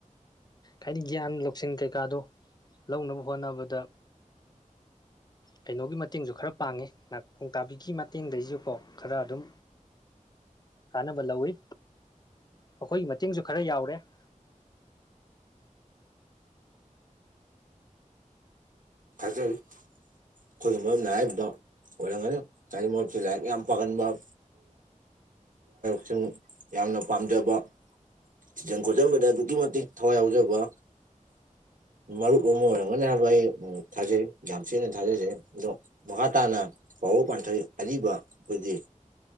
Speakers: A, on the left; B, on the right.
A: ꯍꯥꯏꯗꯤ ꯒ꯭ꯌꯥꯟ ꯂꯧꯁꯤꯟ ꯀꯩꯀꯥꯗꯣ ꯂꯧꯅꯕ ꯍꯣꯠꯅꯕꯗ ꯀꯩꯅꯣꯒꯤ ꯃꯇꯦꯡꯁꯨ ꯈꯔ ꯄꯥꯡꯉꯤ ꯅꯥꯈꯣꯡ ꯇꯥꯕꯤꯒꯤ ꯃꯇꯦꯡꯗꯒꯤꯁꯨꯀꯣ ꯈꯔ ꯑꯗꯨꯝ ꯀꯥꯟꯅꯕ ꯂꯧꯋꯤ ꯃꯈꯣꯏꯒꯤ ꯃꯇꯦꯡꯁꯨ ꯈꯔ ꯌꯥꯎꯔꯦ <inaudible>
B: ꯊꯥꯖꯔꯤ ꯑꯩꯈꯣꯏꯒꯤ ꯃꯔꯝꯅ ꯍꯥꯏꯕꯗꯣ ꯑꯣꯔ ꯀꯅꯤꯃ ꯌꯥꯝ ꯄꯟꯕꯣꯏ ꯁꯤꯡ ꯌꯥꯝꯅ ꯄꯥꯝꯖꯕ ꯁꯖꯟ ꯈꯣꯠꯆꯟꯕꯗ ꯑꯗꯨꯛꯀꯤ ꯃꯇꯤꯛ ꯊꯋꯥꯏ ꯌꯥꯎꯖꯕ
A: ꯎꯝ
B: ꯃꯔꯨꯞ ꯑꯃ ꯑꯣꯏꯔꯝꯒꯅꯤ ꯍꯥꯏꯕ ꯑꯩ ꯊꯥꯖꯩ ꯌꯥꯝ ꯊꯦꯅ ꯊꯥꯖꯖꯩ ꯑꯗꯣ ꯃꯈꯥ ꯇꯥꯅ ꯄꯥꯎꯕ ꯄꯥꯟꯊꯩ ꯑꯔꯤꯕ ꯑꯩꯈꯣꯏꯗꯤ